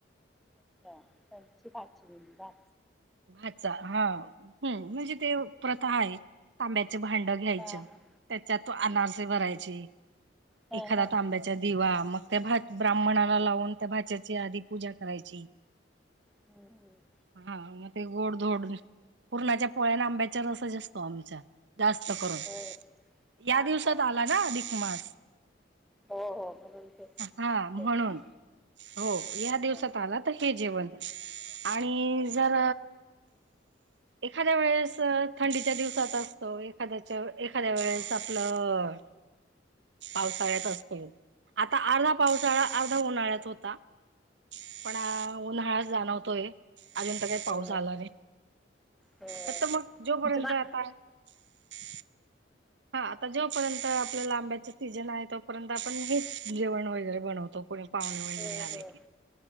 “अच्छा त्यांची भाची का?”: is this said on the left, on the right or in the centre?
Centre